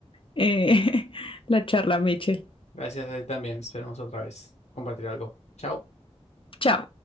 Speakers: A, on the left; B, on the left.
A: eh, <laughs> la charla, Michelle.
B: Gracias a ti también. Esperemos otra vez compartir algo. Chao.
A: Chao.